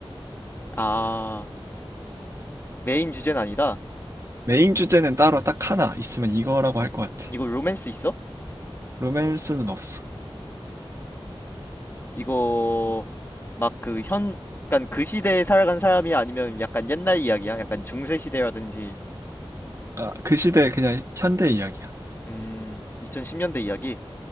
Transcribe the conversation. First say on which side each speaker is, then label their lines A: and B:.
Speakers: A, on the left; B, on the right.
A: 아. 메인 주제는 아니다.
B: 메인 주제는 따로 딱 하나 있으면 이거라고 할 것 같아.
A: 이거 로맨스 있어?
B: 로맨스는 없어.
A: 이거 막 그 현, 그간그 시대에 살아간 사람이 야 아니면 약간 옛날 이야기야? 약간 중세 시대라든지
B: 아, 그 시대 그냥 현대 이야기야.
A: 음 2010년대 이야기?